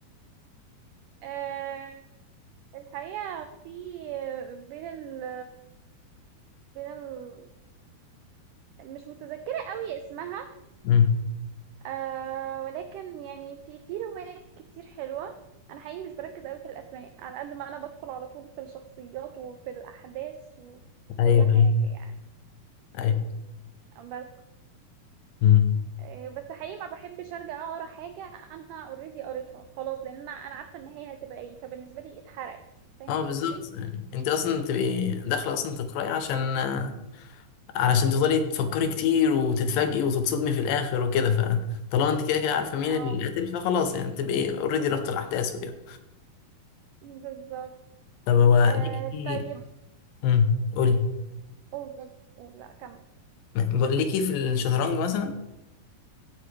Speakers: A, on the right; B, on the left.
A: آه، الحقيقة في بين ال بين ال مش متذكرة قوي اسمها
B: مم.
A: آه ولكن يعني في في روايات كتير حلوة أنا حقيقي مش بركز قوي في الأسماء على قد ما أنا بدخل على طول في الشخصيات وفي الأحداث وكل
B: أيوه
A: حاجة
B: أيوه
A: يعني
B: أيوه
A: بس
B: امم
A: آه، بس حقيقي ما بحبش أرجع أقرأ حاجة أنا أوريدي قريتها خلاص لأن أنا أنا عارفة النهاية هتبقى إيه فبالنسبة لي اتحرقت فاهم
B: اه بالظبط
A: قصدي؟
B: يعني انت اصلا بتبقي داخله اصلا تقراي عشان آه، علشان تفضلي تفكري كتير وتتفاجئي وتتصدمي في الاخر وكده فطالما انت كده كده عارفه مين
A: اه
B: اللي قاتل فخلاص يعني تبقي اوريدي رابطه الاحداث وكده
A: بالظبط
B: طب هو
A: آه
B: ليكي
A: طيب
B: امم قولي
A: قول قول قول لا كمل
B: م- ليكي في الشطرنج مثلا